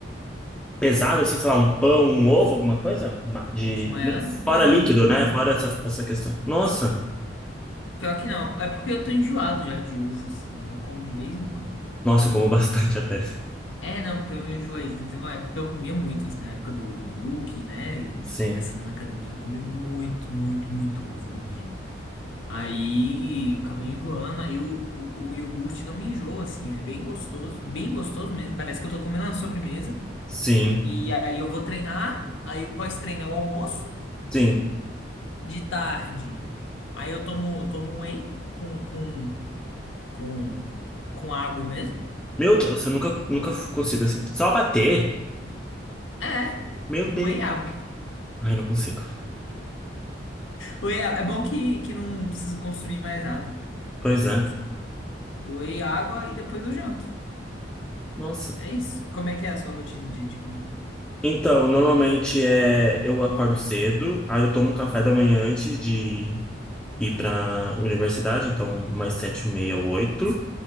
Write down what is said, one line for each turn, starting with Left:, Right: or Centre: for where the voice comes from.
Centre: pesado, assim, sei lá, um pão, um ovo, alguma coisa? Ma- De...
Left: De manhã, não,
Centre: Fora líquido,
Left: não.
Centre: né? Fora essa, essa questão. Nossa,
Left: Pior que não. É porque eu tô enjoado já de uva, assim. Aí eu como de vez em quando.
Centre: nossa, eu como bastante até.
Left: É, não, porque eu enjoei. Não teve uma época que eu comia muito, assim, na época do, do bulking, né? E
Centre: Sim,
Left: começando na academia, eu comi muito, muito, muito ovo por dia. Aí acabei enjoando, aí o, o, o iogurte não me enjoa, assim, é bem gostoso, bem gostoso mesmo. Parece que eu tô comendo uma sobremesa.
Centre: sim,
Left: E aí eu vou treinar, aí o pós-treino é o almoço,
Centre: sim.
Left: de tarde. Aí eu tomo, tomo um whey com, com, com, com água mesmo.
Centre: Meu Deus, eu nunca, nunca consigo assim. Só bater?
Left: É,
Centre: Meu Deus.
Left: whey e água.
Centre: Ai, não consigo.
Left: Whey é é bom que, que não preciso consumir mais nada.
Centre: Pois
Left: Assim,
Centre: é.
Left: sabe? whey, água e depois eu janto.
Centre: Nossa.
Left: É isso. Como é que é a sua rotina de, de comida?
Centre: Então, normalmente é eu acordo cedo, aí eu tomo um café da manhã antes de ir pra universidade, então umas sete e meia, oito.